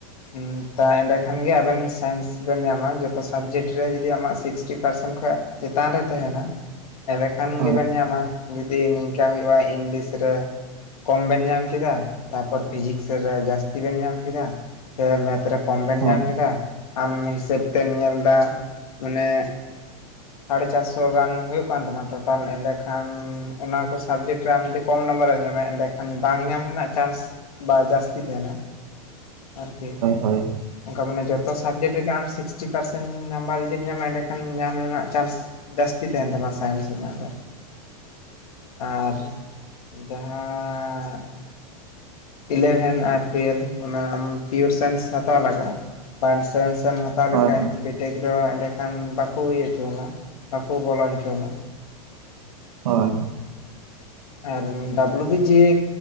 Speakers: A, on the left (about 85°); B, on the right (about 80°).
A: ᱦᱩᱸ ᱛᱟ ᱮᱸᱰᱮᱠᱷᱟᱱ ᱜᱮ ᱟᱵᱮᱱ ᱥᱟᱭᱮᱱᱥ ᱵᱮᱱ ᱧᱟᱢᱟ ᱡᱚᱛᱚ ᱥᱟᱵᱡᱮᱠᱴ ᱨᱮ ᱡᱚᱫᱤ ᱟᱢᱟᱜ ᱥᱤᱠᱥᱴᱤ ᱯᱟᱨᱥᱮᱱ ᱠᱷᱚᱡ ᱪᱮᱛᱟᱱ ᱨᱮ ᱛᱮᱦᱮᱱᱟ ᱮᱸᱰᱮ ᱠᱷᱟᱱ
B: ᱦᱳᱭ
A: ᱜᱮᱵᱮᱱ ᱧᱟᱢᱟ ᱡᱩᱫᱤ ᱱᱤᱝᱠᱟ ᱦᱩᱭᱩᱜ-ᱟ ᱤᱝᱞᱤᱥ ᱨᱮ ᱠᱚᱢ ᱵᱮᱱ ᱧᱟᱢ ᱠᱮᱫᱟ ᱛᱟᱯᱚᱨ ᱯᱷᱤᱡᱤᱠᱥ ᱨᱮ ᱡᱟᱹᱥᱛᱤ ᱵᱮᱱ ᱧᱟᱢ ᱠᱮᱫᱟ, ᱥᱮ ᱢᱮᱛᱷ ᱨᱮ ᱠᱚᱢ ᱵᱮᱱ
B: ᱦᱳᱭ
A: ᱧᱟᱢ ᱠᱮᱫᱟ ᱟᱢ ᱦᱤᱥᱟᱹᱵ ᱛᱮᱢ ᱧᱮᱞ ᱫᱟ ᱢᱟᱱᱮ ᱥᱟᱲᱮ ᱪᱟᱨᱥᱚ ᱜᱟᱱ ᱦᱩᱭᱩᱜ ᱠᱟᱱ ᱛᱟᱢᱟ ᱴᱳᱴᱟᱞ ᱮᱰᱮᱠᱷᱟᱱ ᱚᱱᱟ ᱠᱚ ᱥᱟᱵᱽᱡᱮᱠᱴ ᱨᱮᱢ ᱡᱩᱫᱤ ᱠᱚᱢ ᱱᱟᱢᱵᱟᱨ ᱨᱮᱢ ᱧᱟᱢᱟ ᱮᱸᱰᱮᱠᱷᱟᱱ ᱵᱟᱝ ᱧᱟᱢ ᱨᱮᱱᱟᱜ ᱪᱟᱱᱥ ᱵᱟ ᱡᱟᱹᱥᱛᱤ ᱛᱟᱦᱮᱱᱟ᱾ ᱟᱨᱠᱤ
B: ᱦᱳᱭ
A: ᱚᱝᱠᱟ ᱢᱟᱱᱮ ᱡᱚᱛᱚ ᱥᱟᱵᱡᱮᱠᱴ ᱨᱮᱜᱮ ᱟᱢ ᱥᱤᱠᱥᱴᱤ ᱯᱟᱨᱥᱮᱱ ᱱᱟᱢᱵᱟᱨ ᱡᱩᱫᱤᱢ ᱧᱟᱢᱟ ᱮᱸᱰᱮᱠᱷᱟᱱ ᱧᱟᱢ ᱨᱮᱱᱟᱜ ᱪᱟᱱᱥ ᱡᱟᱹᱥᱛᱤ ᱛᱮᱦᱮᱱ ᱛᱟᱢᱟ ᱥᱟᱭᱮᱱᱥ ᱨᱮᱱᱟᱜ ᱫᱚ᱾ ᱟᱨ ᱡᱟᱦᱟᱸ ᱤᱞᱮᱵᱷᱮᱱ ᱟᱨ ᱴᱩᱭᱮᱞᱵᱷ ᱚᱱᱟ ᱟᱢ ᱯᱤᱭᱳᱨᱥᱮᱱᱥ ᱦᱟᱛᱟᱣ ᱞᱟᱜᱟ-ᱟ ᱵᱟ ᱤᱱᱥᱩᱨᱮᱱᱥ ᱮᱢ ᱦᱟᱛ ᱦᱟᱛᱟᱣ
B: ᱦᱳᱭ
A: ᱞᱮᱠᱷᱟᱡ
B: ᱦᱳᱭ
A: ᱵᱤᱴᱮᱠ ᱫᱚ ᱮᱸᱰᱮ ᱠᱷᱟᱱ ᱵᱟᱠᱚ ᱤᱭᱟᱹ ᱚᱪᱚᱣ ᱢᱟ ᱵᱟᱠᱚ ᱵᱚᱞᱚ ᱦᱚᱪᱚ ᱟᱢᱟ
B: ᱦᱳᱭ
A: <inaudible> ᱟᱨ ᱰᱟᱵᱞᱩ ᱵᱤ ᱡᱮᱠ